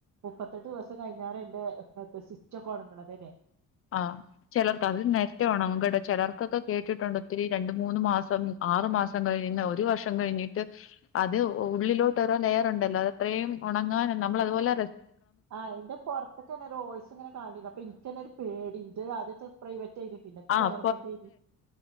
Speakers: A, on the right; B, on the left.
A: മുപ്പത്തെട്ട് ദിവസം കഴിഞ്ഞാല എന്റെ ദസിച്ചക്ക ഉണങ്ങണതന്നെ
B: ആഹ് ചലർക്കരി ന ചിലർക്കൊക്കെ കേട്ടിട്ടുണ്ട് ഒത്തിരി രണ്ട മൂന്ന് മാസം ആറു മാസം കഴിയന്ന് ഒരു വർഷം കഴിഞ്ഞിട്ട്
A: ഉണങ്ങണതന്നെ
B: അത് ഉള്ളിലോട്ട് രോ ലെയർ ഉണ്ടല്ലോ അത അത്രയും ഉണങ്ങാൻ നമ്മളതുപോലെ
A: ആഹ് എൻന്റെ പുറത്തൊക്കെന്നെ ഹോൾസ് ഇങ്ങനെ കണ്ടില്ല അപ്പൊ എനിക്ക്ന്നെ ഒരു പേടിന്റെ ആദ്യത്തെ പ്രൈവറ്റ് ആയിന് പിന്നത്തെ
B: ആഹ്
A: ഗവർമെന്റ് ആയിന്